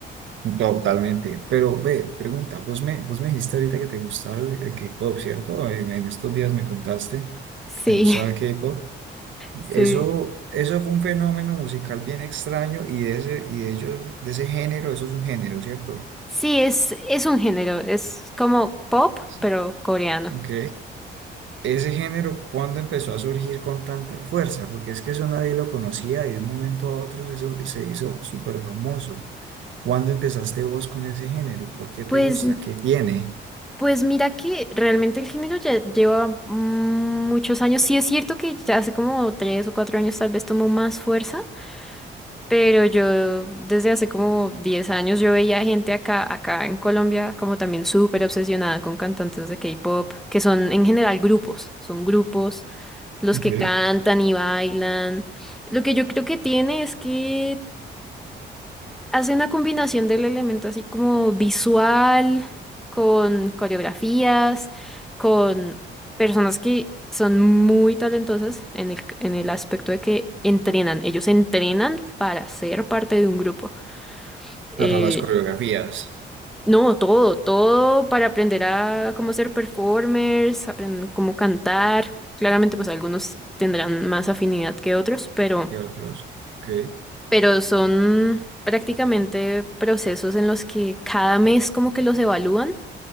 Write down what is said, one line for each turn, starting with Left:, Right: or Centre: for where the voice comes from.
Right: totalmente. Pero ve, pregunta, vos me, vos me dijiste ahorita que te gustaba el, el K-pop, ¿cierto? En en estos días me contaste
Centre: Sí,
Right: que te gustaba el K-pop.
Centre: <laughs>
Right: Eso,
Centre: sí.
Right: eso fue un fenómeno musical bien extraño y de ese, y de ellos, de ese género, eso es un género, ¿cierto?
Centre: Sí, es, es un género, es como pop,
Right: Sí.
Centre: pero coreano.
Right: Ok. Ese género, ¿cuándo empezó a surgir con tanta fuerza? Porque es que eso nadie lo conocía y de un momento a otro eso se hizo súper famoso. ¿Cuándo empezaste vos con ese género? ¿Por qué te
Centre: Pues,
Right: gusta? ¿Qué tiene?
Centre: pues mira que realmente el género ya lleva mm, muchos años. Sí es cierto que ya hace como tres o cuatro años tal vez tomó más fuerza, pero yo desde hace como 10 años yo veía gente acá, acá en Colombia como también súper obsesionada con cantantes de K-pop, que son en general grupos, son grupos los
Right: Ok.
Centre: que cantan y bailan. Lo que yo creo que tiene es que Hace una combinación del elemento así como visual, con coreografías, con personas que son muy talentosas en el, en el aspecto de que entrenan. Ellos entrenan para ser parte de un grupo.
Right: Para
Centre: Eh,
Right: las coreografías.
Centre: no, todo, todo para aprender a cómo ser performers, aprender cómo cantar. Claramente, pues algunos tendrán más afinidad que otros, pero
Right: ¿Qué otros? Ok.
Centre: pero son prácticamente procesos en los que cada mes como que los evalúan